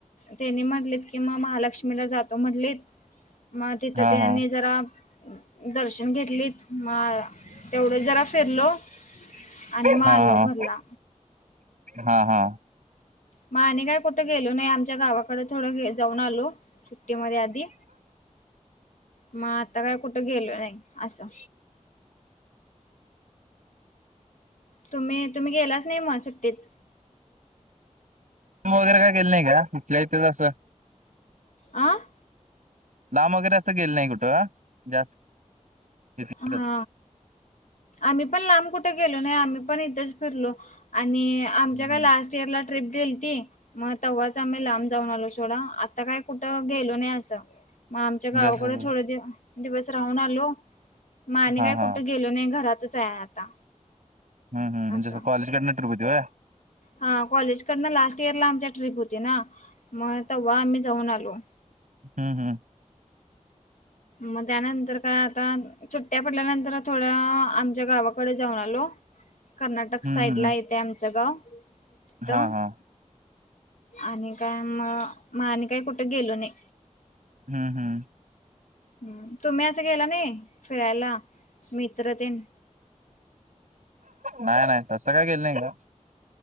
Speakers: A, on the left; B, on the right.
A: त्यानी म्हटलेत की मग महालक्ष्मीला जातो म्हंटलीत. मग तिथं
B: हा
A: त्यांनी
B: हा
A: जरा दर्शन घेतली मग आ तेवढंच. जरा फिरलो आणि मग
B: हा
A: आलो घरला.
B: हा हा,
A: म आणि काय कुठं गेलो नाही आमच्या गावाकडे थोडं गे जाऊन आलो. सुट्टी म आधी मग आता काय कुठं गेलो नाही असं. तुम्ही तुम्ही गेलाच नाही मग सुट्टीत.
B: लांब वगैर काय गेले नाही ग इथल्या इथेच असं.
A: ''आं''
B: लांब वगैरे असं गेलं नाही कुठं जास्त. इथं-
A: हा,
B: इथंच.
A: आम्ही पण लांब कुठे गेलो नाही आम्ही पण इथंच फिरलो आणि आमच्या
B: हम्म.
A: काय लास्ट इयरला. ट्रीप गेलती. मग तेव्हाच आम्ही लांब जाऊन आलो सोडा आता काय कुठं गेलो नाही असं. मग आमच्या गावाकडें
B: म्हणजे असं
A: थोड दिव दिवस राहून आलो. मा आणि
B: हा
A: काय कुठं
B: हा
A: गेलो नाही घरातच आहे आता.
B: हम्म हम्म, म्हणजे
A: असं
B: तू कॉलेज कडन ट्रीप होती होय.
A: हा, कॉलेजकडन लास्ट इयरला आमच्या ट्रीप होती ना मग तेव्हा आम्ही जाऊन आलो.
B: हम् हम्,
A: मग त्यानंतर काय आता. सुट्ट्या पडल्यानंतर थोड्या आमच्या गावाकडे जाऊन आलो. कर्नाटक
B: हं,
A: साईड
B: हं.
A: ला येते आमचं गाव
B: हां,
A: त.
B: हां.
A: आणि काय मग मग आणि काय कुठे गेलो नाही.
B: हम्म हम्म,
A: हम्, तुम्ही असं गेला नाही फिरायला मित्रतेन.
B: नाही नाही तसं काय केेलं नाही ग.